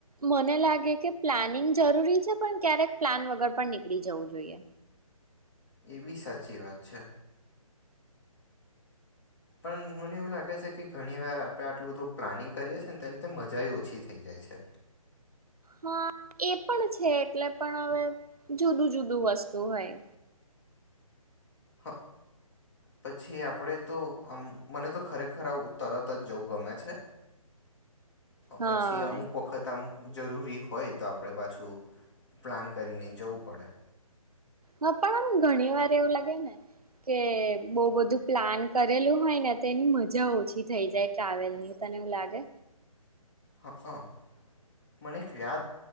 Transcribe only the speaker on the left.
એ બી સાચી વાત છે પણ મને એવું લાગે છે કે ઘણી વાર આપણે આટલું બધું પ્લાનિંગ કરીએ છીએ ને તે લીધે મજા ઓછી થઈ જાય છે
હ પછી આપણે તો આમ મને તો ખરેખર આવું તરત જ જવું ગમે છે પછી
અમુક વખત આમ જરૂરી હોય તો આપણે પાછું પ્લાન કરીને જવું પડે
હા હ મને એક યાદ